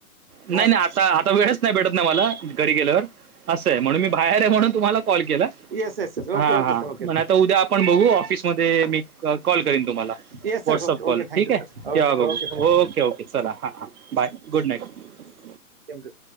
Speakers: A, on the right; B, on the right.
A: जेवण
B: नाही नाही आता आता वेळच नाही भेटत ना मला घरी गेल्यावर. असंय म्हणून मी बाहेर आहे म्हणून तुम्हाला कॉल केला.
A: Yes yes yes.
B: हा
A: ओके ओके
B: हा
A: सर ओके
B: पण आता उद्या आपण बघू ऑफिसमध्ये मी कॉल करीन तुम्हाला.
A: Yes sir
B: WhatsApp
A: okay
B: call
A: okay थँक्यू
B: ठीक
A: सर
B: आहे
A: ओके
B: तेव्हा बघू
A: सर
B: ओके ओके चला हा हां bye good night.
A: Thank you.